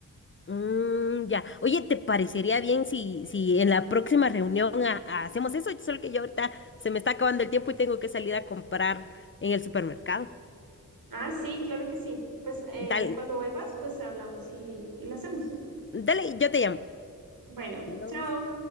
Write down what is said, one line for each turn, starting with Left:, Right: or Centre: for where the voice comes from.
Left: Mm, ya. Oye, ¿te parecería bien si, si en la próxima reunión a- a- hacemos eso? Solo que yo ahorita se me está acabando el tiempo y tengo que salir a comprar en el supermercado.
Right: Ah, sí, claro que sí. Pues eh,
Left: Dale,
Right: cuando vuelvas, pues hablamos y, y lo hacemos.
Left: dale, yo te llamo.
Right: Bueno,
Left: Adiós.
Right: chao.